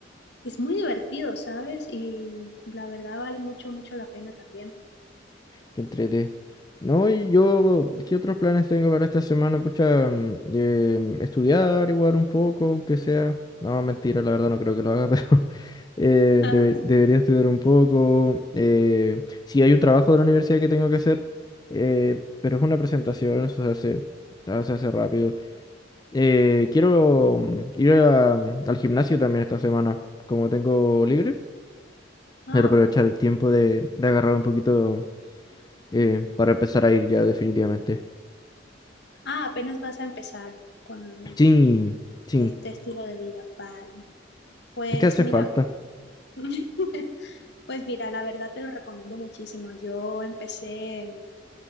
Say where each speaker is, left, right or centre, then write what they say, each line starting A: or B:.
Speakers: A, on the left; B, on the left.
A: Es muy divertido, ¿sabes? Y la verdad vale mucho, mucho la pena también.
B: Que entrete. No, y yo, ¿qué otros planes tengo para esta semana? Pucha, mm, eh, estudiar igual un poco, aunque sea. No, mentira, la verdad no creo que lo haga, <laughs> pero eh,
A: <laughs>
B: debe- debería estudiar un poco. Eh, sí, hay un trabajo de la universidad que tengo que hacer, eh, pero es una presentación, eso se hace, ah, se hace rápido. Eh, quiero mm, ir a- mm, al gimnasio también esta semana, como tengo libre. Quiero
A: ah,
B: aprovechar
A: vale.
B: el tiempo de, de agarrar un poquito eh, para empezar a ir ya definitivamente.
A: Ah, apenas vas a empezar con,
B: Sí, sí,
A: Este estilo de vida, vale. Pues
B: es que hace
A: mira,
B: falta.
A: <laughs> pues mira, la verdad te lo recomiendo muchísimo. Yo empecé